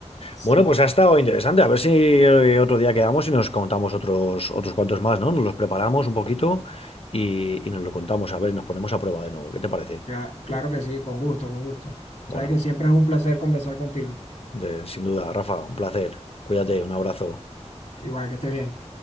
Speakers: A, on the left; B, on the left.
A: Sí,
B: Bueno, pues ha estado interesante. A ver si eh, otro día quedamos y nos contamos otros, otros cuantos más, ¿no? Nos los preparamos un poquito y, y nos lo contamos. A ver, nos ponemos a prueba de nuevo. ¿Qué te parece?
A: cla- claro que sí, con gusto, con gusto.
B: Bueno,
A: Sabes que siempre es un placer conversar contigo.
B: de- sin duda, Rafa, un placer. Cuídate, un abrazo.
A: Igual que estés bien.